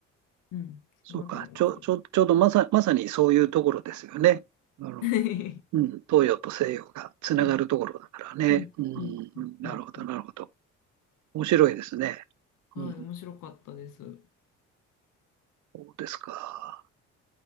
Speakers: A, on the left (about 70°); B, on the right (about 60°).
A: うん。
B: そうか。
A: そのあたりも面白かった。
B: ちょ、ちょ、ちょうどまさ、まさにそういうところですよね。あの、
A: <laughs>
B: うん、東洋と西洋がつながるところだからね。
A: うん。うん。
B: う
A: うん。うんうんうん
B: ん、なるほど、なるほど。面白いですね。
A: はい、
B: うん、
A: 面白かったです。
B: そうですか。